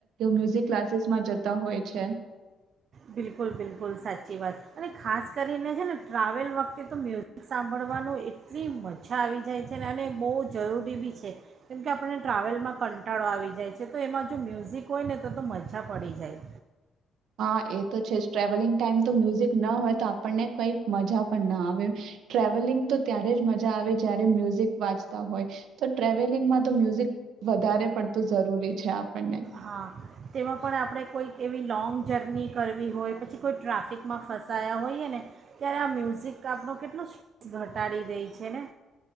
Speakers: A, on the right; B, on the right.
A: મ્યુઝિક ક્લાસીસમાં જતા હોય છે.
B: બિલકુલ બિલકુલ સાચી વાત, અને ખાસ કરીને છે ને ટ્રાવેલ વખતે તો મ્યુઝિક સાંભળવાનું એટલી મજા આવી જાય છે. ને અને બહુ જરૂરી બી છે કેમકે આપણને ટ્રાવેલમાં કંટાળો આવી જાય છે, તો એમાં જો મ્યુઝિક હોય ને તો તો મજા પડી જાય.
A: હા એ તો છે જ ટ્રાવલિંગ ટાઈમ તો મ્યુઝિક ના હોય તો આપણને કઈ મજા પણ ના આવે, ટ્રાવલિંગ તો ત્યારે જ મજા આવે જય્યારે મ્યુઝિક વાંચતા હોય તો ટ્રાવલિંગમાં તો મ્યુઝિક વધારે પડતું જરૂરી છે. આપણને.
B: હા. તેમાં પણ આપણે કોઈક એવી લોૉંગ જર્ની કરવી હોય, પછી કોઈ ટ્રાફિકમાં ફસાયા હોઈએ ને ત્યારે આ મ્યુઝિક આપણો કેટલો સ્ટ્રેસ ઘટાડી દે છે, ને